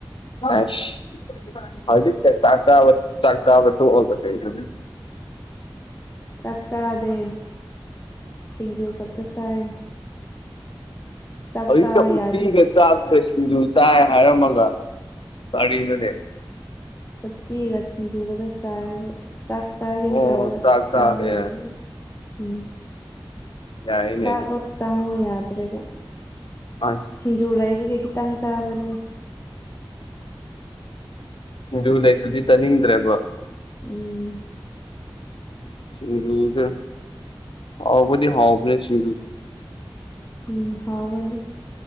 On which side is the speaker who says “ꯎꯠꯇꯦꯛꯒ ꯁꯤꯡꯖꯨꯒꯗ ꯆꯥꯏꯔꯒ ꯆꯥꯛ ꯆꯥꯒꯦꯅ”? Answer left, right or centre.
Left